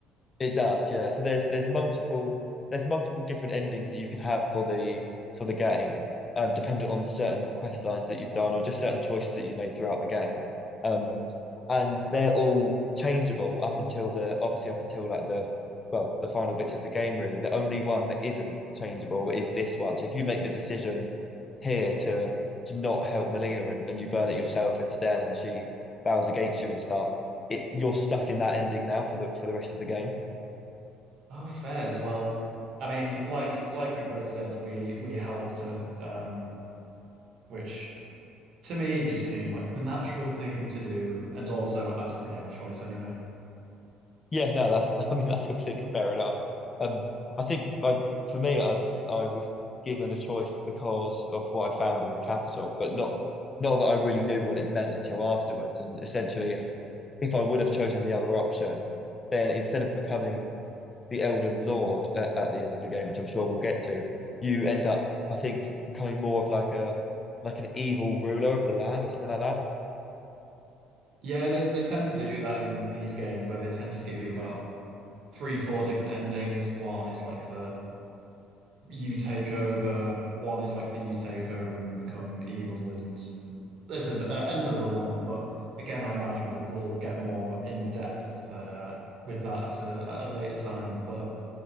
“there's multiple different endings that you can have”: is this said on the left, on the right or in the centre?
Left